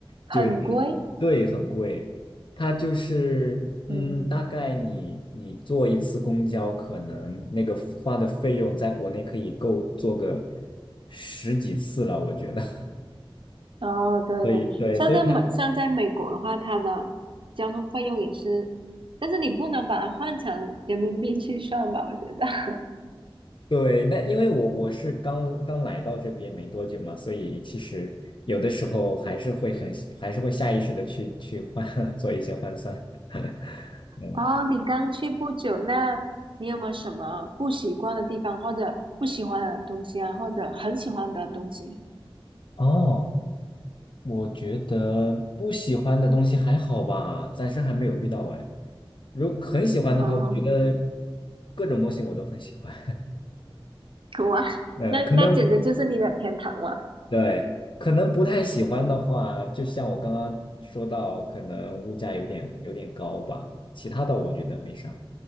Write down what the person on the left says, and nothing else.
就对，很贵。它就是，嗯，
大概你你坐一次公交，可能那个花的费用在国内可以够坐个十几次了，我觉得。<laughs>
所以对，
所以呢
对，那因为我我是刚刚来到这边没多久嘛，所以其实有的时候还是会很还是会下意识的去去换 <laughs> 做一些换算。<laughs> 嗯，
哦。我觉得不喜欢的东西还好吧，暂时还没有遇到哎。如很喜欢的话，
我觉得各种东西我都很喜欢。
<laughs> 嗯，
可能对，可能不太喜欢的话，就像我刚刚说到，可能物价有点有点高吧。其他的我觉得没啥。